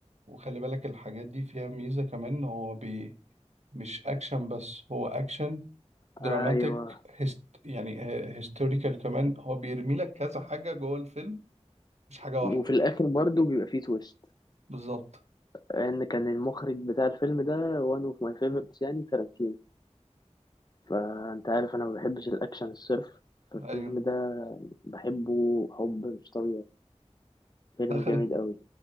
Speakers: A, on the right (about 70°); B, on the left (about 35°).
A: وخلي بالك الحاجات دي فيها ميزة كمان هو بي مش اكشن بس هو اكشن دراماتيك
B: ايوه
A: هست يعني هيستوريكال كمان هو بيرمي لك كذا حاجة جوه الفيلم مش حاجة
B: وفي
A: واحدة
B: الاخر برضو بيبقى فيه تويست
A: بالظبط
B: ان كان المخرج بتاع الفيلم ده وان اوف ماي فيفورتس يعني تارانتينو فانت عارف انا ما بحبش الاكشن الصرف فالفيلم
A: ايوه
B: ده بحبه حب مش طبيعي فيلم
A: لا خلي
B: جامد قوي